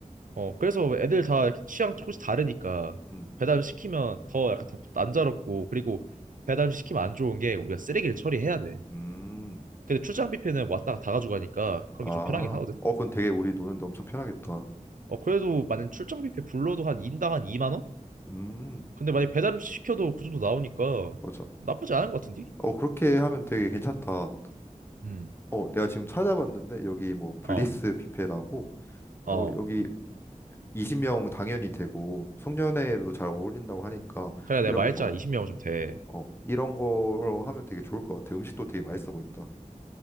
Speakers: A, on the right; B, on the left.
A: 어 그래서 애들 다 이렇게 취향 조금씩 다르니까
B: 음.
A: 배달 음식 시키면 더 약간 더 난자롭고 그리고 배달 음식 시키면 안 좋은 게 우리가 쓰레기를 처리해야 돼.
B: 음.
A: 근데 출장 뷔페는 왔다가 다 가져가니까 그런
B: 아.
A: 게 좀 편하긴 하거든.
B: 어, 그건 되게 우리 노는데 엄청 편하겠다.
A: 어, 그래도 만약 출장 뷔페 불러도 한 인당 한 2만 원?
B: 음.
A: 근데 만약 배달 음식 시켜도 그 정도 나오니까
B: 맞아.
A: 나쁘지 않은 것 같은데?
B: 어, 그렇게 하면 되게 괜찮다.
A: 음.
B: 어, 내가 지금 찾아봤는데 여기 뭐 블리스
A: 어.
B: 뷔페라고
A: 어.
B: 어, 여기 20명 당연히 되고 송년회로도 잘 어울린다고 하니까
A: 그래 내가
B: 이런
A: 말했잖아.
B: 어,
A: 20명은 좀 돼.
B: 어, 이런 걸로 하면 되게 좋을 것 같아. 음식도 되게 맛있어 보인다.